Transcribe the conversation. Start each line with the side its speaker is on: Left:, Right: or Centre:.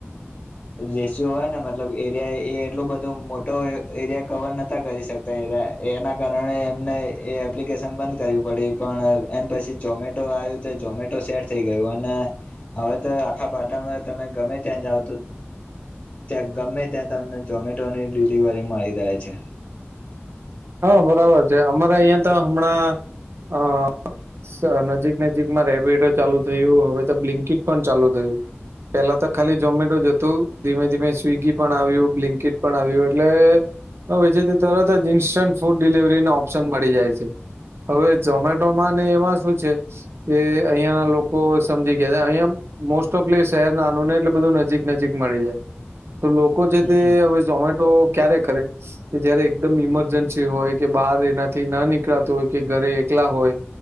Left: જેસીઓ હોય ને મતલબ એરિયા એ એટલું બધો મોટો એરિયા કવર નતા કરી શકતા એના કારણે એમને એ. એપ્લિકેશન બંધ કરવી પડી પણ એન પછી જોમેટો આવ્યું તો જોમેટો સેટ થઈ ગયું અને હવે તો આખા પાટણમાં તમે ગમે ત્યાં જાવ તો ત્યાં ગમે ત્યાં તમને ઝોમેટોની ડિલિવરી મળી રહે છે.
Right: હા બરાબર છે અમારે અહિયાં તો હમણાં અ સ નજીક નજીકમાં રેબીડો ચાલુ થયું હવે તો બ્લિન્કીિટ પણ ચાલુ થયું. પેલા તો ખાલી ઝોમેટો જ હતું ધીમે ધીમે સ્વગી પણ આવ્યું બ્લિન્કીટ પણ આવ્યું એટલે હવે છે તે તરત જ ઈન્સ્ટન્ટ ફૂડ ડિલવરીનો ઓપ્શન મળી જાય છે. હવે ઝોમેટોમાં ને એમાં શું છે. કે અહિયાં ના લોકો સમજી ગયા એમ મોસ્ટ ઓફલી શહેર નાનું ને એટલે બધું નજીક નજીક મળી જાય તો લોક કો છે
Left: હમ
Right: તે હવે ઝોમેટો ક્યારે કરે કે જયારે એકદમ ઇમરજન્સી છે હોય કે બહાર એનાથી ન નીકળાતું હોય કે ઘરે એકલા હોય